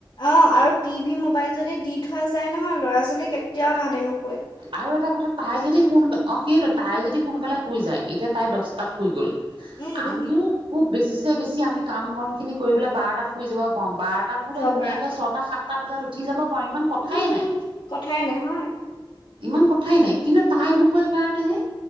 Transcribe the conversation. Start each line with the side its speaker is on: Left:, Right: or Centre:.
Left: অ', আৰু টিভি, মোবাইল যদি দি থোৱা যায় নহয়, ল'ৰা-ছোৱালী কেতিয়াও তাহাতি নোশোৱে।
Right: আৰু এটা কথা তাই যদি সোন অ', সেইটোৱে তাই যদি সোনকালে শুই যায়, এতিয়া তাই দহটাত শুই গ'ল।
Left: উম উম
Right: আমিও খুব বেছিছে বেছি আমি কাম বনখিনি কৰি পেলাই বাৰটাত শুই যাব পাৰোঁ, বাৰটাত
Left: শুই
Right: শুলে
Left: যাব
Right: ধুনীয়াকৈ
Left: পাৰা
Right: ছটা সাত টা বজাত উঠি যাব পাৰোঁ, ইমান কথাই
Left: উম
Right: নাই।
Left: উম কথাই নাই হয়।
Right: ইমান কথাই নাই কিন্তু তাই
Left: উম
Right: নোশোৱে কাৰণেহে,